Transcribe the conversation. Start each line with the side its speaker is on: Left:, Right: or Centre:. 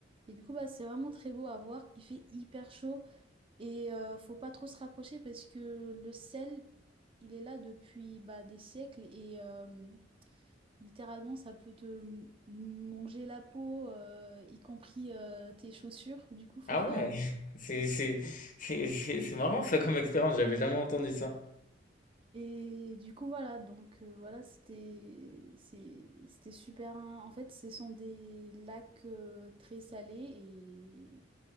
Right: et du coup bah, c'est vraiment très beau à voir il fait hyper chaud et euh, faut pas trop se rapprocher parce que le sel il est là depuis bah, des siècles et euh, Littéralement, ça peut te m- manger la peau, euh, y compris euh, tes chaussures. Du coup, faut
Left: Ah
Right: faire
Left: ouais!
Right: attention.
Left: <laughs> C'est c'est c'est c'est c'est marrant ça comme expérience, j'avais jamais entendu ça.
Right: Et du coup, voilà. Donc, euh, voilà, c'était c'est- c'était super. hein. En fait, ce sont des lacs euh, très salés et